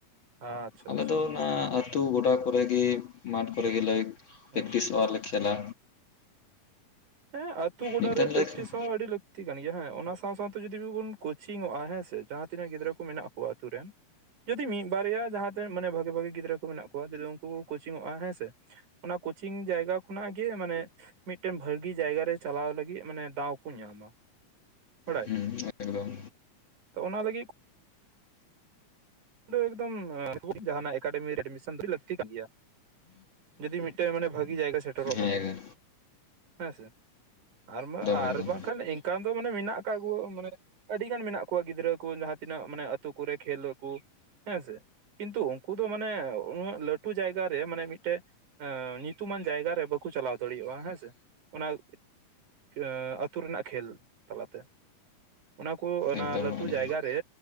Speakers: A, on the right (about 70°); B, on the left (about 50°).
A: ᱟᱪᱪᱷᱟ
B: ᱟᱞᱮ
A: ᱟᱪᱪᱷᱟ
B: ᱫᱚ ᱚᱱᱟ ᱟᱛᱩ ᱜᱚᱰᱟ ᱠᱚᱨᱮ ᱜᱮ ᱢᱟᱴᱷ ᱠᱚᱨᱮ ᱜᱮᱞᱮ ᱯᱮᱠᱴᱤᱥᱚᱜᱼᱟ
A: ᱦᱮᱸ
B: ᱞᱮ ᱠᱷᱮᱞᱟ
A: ᱦᱮ ᱟᱛᱩ ᱜᱚᱰᱟ
B: ᱢᱤᱫ
A: ᱨᱮ
B: ᱜᱷᱟᱹᱲᱤᱡ
A: ᱯᱮᱠᱴᱤᱥ
B: ᱞᱮ
A: ᱦᱚᱸ ᱟᱹᱰᱤ ᱞᱟᱹᱠ ᱛᱤ ᱠᱟᱱ ᱜᱮᱭᱟ ᱦᱮᱸ ᱚᱱᱟ ᱥᱟᱶᱛᱮ ᱡᱩᱫᱤᱵᱚᱱ ᱠᱳᱪᱤᱝ ᱚᱜᱼᱟ ᱦᱮᱸ ᱥᱮ ᱡᱟᱦᱟᱸ ᱛᱤᱱᱟᱹᱜ ᱜᱤᱫᱽᱨᱟᱹ ᱠᱚ ᱢᱮᱱᱟᱜ ᱠᱚᱣᱟ ᱟᱛᱳ ᱨᱮᱱ ᱡᱩᱚᱫᱤ ᱢᱤᱫ ᱵᱟᱨᱭᱟ ᱡᱟᱦᱟᱸ ᱛᱤᱱᱟᱜ ᱢᱟᱱᱮ ᱵᱷᱟᱜᱤ ᱵᱷᱟᱜᱤ ᱜᱤᱫᱽᱨᱟᱹ ᱠᱚ ᱢᱮᱱᱟᱜ ᱠᱚᱣᱟ ᱡᱤᱫᱤ ᱩᱱᱠᱩ ᱠᱚ ᱠᱳᱪᱤᱝᱚᱜᱼᱟ ᱦᱮᱸ ᱥᱮ ᱚᱱᱟ ᱠᱳᱪᱤᱝ ᱡᱟᱭᱜᱟ ᱠᱷᱚᱱᱟᱜ ᱜᱮ ᱢᱟᱱᱮ ᱢᱤᱫᱴᱮᱱ ᱵᱷᱟᱜᱤ ᱡᱟᱭᱜᱟ ᱨᱮ ᱪᱟᱞᱟᱣ ᱞᱟᱹᱜᱤᱫ ᱢᱟᱱᱮ ᱫᱟᱣ ᱠᱚ ᱧᱟᱢᱟ ᱵᱟᱲᱟᱭ
B: ᱦᱩᱸ ᱮᱠᱫᱚᱢ
A: ᱛᱚ ᱚᱱᱟ ᱞᱟᱹᱜᱤᱫ ᱫᱚ ᱮᱠᱫᱚᱢ <inaudible> ᱮᱠᱟᱰᱮᱢ ᱨᱮ ᱮᱰᱢᱤᱥᱮᱱ ᱫᱚ ᱟᱰᱤ ᱞᱟᱹᱠᱛᱤ ᱠᱟᱱ ᱜᱮᱭᱟ ᱡᱩᱫᱤ ᱢᱤᱫᱴᱮᱱ ᱢᱟᱱᱮ ᱵᱷᱟᱜᱤ ᱡᱟᱭᱜᱟ ᱥᱮᱴᱮᱨᱚᱜ
B: ᱦᱮᱸ
A: ᱞᱟᱹᱜᱤᱫ
B: ᱮᱠᱫᱚᱢ
A: ᱦᱮᱸᱥᱮ ᱟᱨᱢᱟ ᱟᱨ
B: ᱮᱠᱫᱚᱢ ᱮᱠᱫᱚᱢ
A: ᱵᱟᱝᱠᱷᱟᱱ ᱮᱱᱠᱟᱱ ᱫᱚ ᱢᱟᱱᱮ ᱢᱮᱱᱟᱜ ᱟᱠᱟᱜ ᱠᱚ ᱢᱟᱱᱮ ᱟᱹᱰᱤᱜᱟᱱ ᱢᱮᱱᱟᱜ ᱠᱚᱣᱟ ᱜᱤᱫᱽᱨᱟᱹ ᱠᱩ ᱡᱟᱦᱟᱸ ᱛᱤᱱᱟᱹᱜ ᱢᱟᱱᱮ ᱟᱹᱛᱩ ᱠᱚᱨᱮ ᱠᱷᱮᱞ ᱟᱠᱩ ᱾ ᱦᱮᱸᱥᱮ ᱠᱤᱱᱛᱩ ᱩᱱᱠᱩ ᱫᱚ ᱢᱟᱱᱮ ᱩᱱᱟᱹᱜ ᱞᱟᱹᱴᱩ ᱡᱟᱭᱜᱟ ᱨᱮ ᱢᱟᱱᱮ ᱢᱤᱫᱴᱮᱡ ᱮ ᱧᱩᱛᱩᱢᱟᱱ ᱡᱟᱭᱜᱟᱨᱮ ᱵᱟᱠᱩ ᱪᱟᱞᱟᱣ ᱫᱟᱲᱮᱭᱟᱜᱼᱟ ᱦᱮᱸᱥᱮ ᱚᱱᱟ ᱾ <inaudible> ᱟᱹᱛᱩ ᱨᱮᱱᱟᱜ ᱠᱷᱮᱞ ᱛᱟᱞᱟᱛᱮ ᱾ ᱚᱱᱟ ᱠᱚ ᱚᱱᱟ
B: ᱮᱠᱫᱚᱢ
A: ᱞᱟᱹᱴᱩ
B: ᱟᱹᱰᱤ
A: ᱡᱟᱭᱜᱟ ᱨᱮ